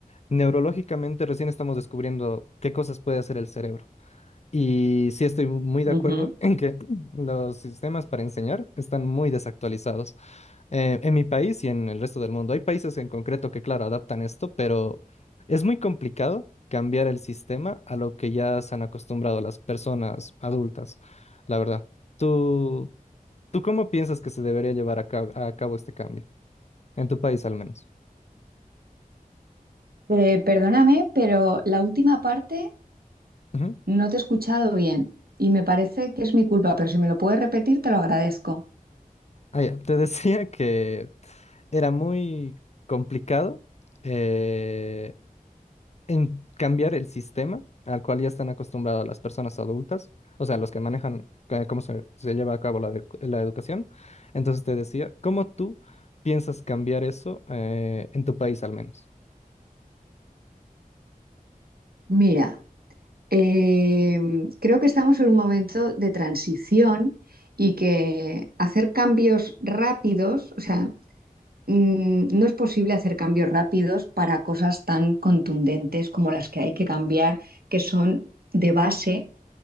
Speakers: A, on the left; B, on the right.
A: neurológicamente recién estamos descubriendo qué cosas puede hacer el cerebro. Y sí estoy muy de
B: Uh
A: acuerdo
B: -huh.
A: en que los sistemas para enseñar están muy desactualizados eh, en mi país y en el resto del mundo. Hay países en concreto que, claro, adaptan esto, pero es muy complicado cambiar el sistema a lo que ya se han acostumbrado las personas adultas, la verdad. ¿Tú, tú cómo piensas que se debería llevar a cabo, a cabo este cambio? En tu país, al menos.
B: Eh, perdóname, pero la última parte
A: Ujú.
B: No te he escuchado bien y me parece que es mi culpa, pero si me lo puedes repetir, te lo agradezco.
A: Ah, ya, Te <laughs> decía que era muy complicado. eh, en cambiar el sistema al cual ya están acostumbradas las personas adultas, o sea, los que manejan eh, cómo se, se lleva a cabo la, edu- la educación. Entonces te decía, ¿cómo tú piensas cambiar eso eh, en tu país al menos?
B: Mira, em, creo que estamos en un momento de transición y que hacer cambios rápidos, o sea, mm, no es posible hacer cambios rápidos para cosas tan contundentes como las que hay que cambiar, que son de base,